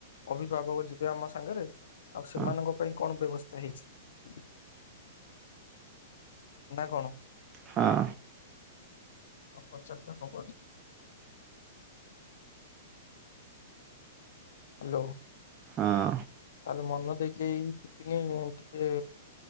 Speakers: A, on the left; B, on the right.
A: ଅଭିଭାବକ ଯିବେ ଆମ ସାଙ୍ଗରେ ଆଉ
B: ହଁ
A: ସେମାନଙ୍କ ପାଇଁ କଣ ବ୍ୟବସ୍ଥା ହେଇଚି। ନା କଣ?
B: ହଁ।
A: ନ ପଚାରିଲେ ହବନି। ହ୍ୟାଲୋ।
B: ହଁ।
A: ହିଲି ମନ ଦେଇକି ଏ ଦି ଦିନି ଟିକେ